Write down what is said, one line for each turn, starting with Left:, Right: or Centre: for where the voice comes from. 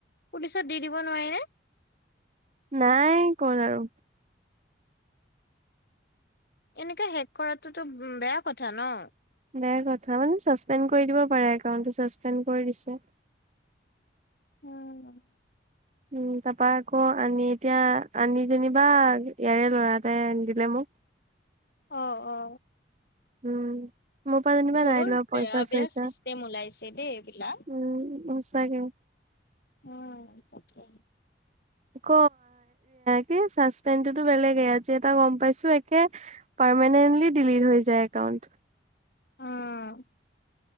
Left: পুলিচত দি দিব নোৱাৰি নে
Right: নাই কৰা আৰু
Left: এনেকে হেক কৰাটোতো বেয়া কথা ন
Right: বেয়া কথা মানে চাচপেণ্ড কৰি দিব পাৰে একাউণ্টটো চাচপেণ্ড কৰি দিছে।
Left: উম
Right: উম তাপা আকৌ আনি এতিয়া আনি যেনিবা ইয়াৰে ল'ৰা এটাই আনি দিলে মোক
Left: অ অ
Right: উম মোৰ পৰা যেনিবা
Left: বৰ
Right: নাই লোৱা
Left: বেয়া
Right: পইচা-
Left: বেয়া
Right: চইচা
Left: চিষ্টেম ওলাইছে দেই এইবিলাক
Right: উম সঁচাকে
Left: উম তাকে
Right: ক কি চাচপেণ্ডটোতো বেলেগে আজি এটা গম পাইছো একে পাৰ্মেনেন্টলি ডিলিট হৈ যায় একাউণ্ট
Left: উম